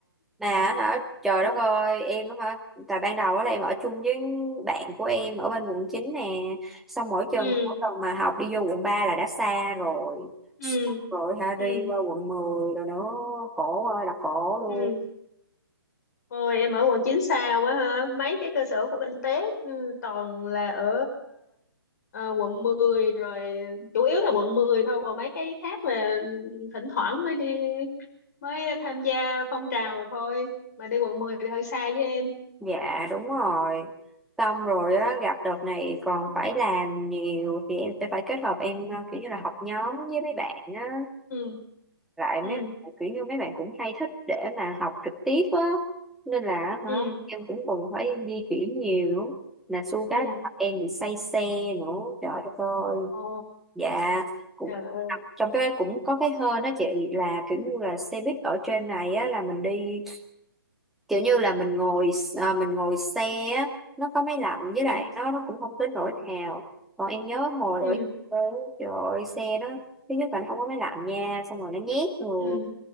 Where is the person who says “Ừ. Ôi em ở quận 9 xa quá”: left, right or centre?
Left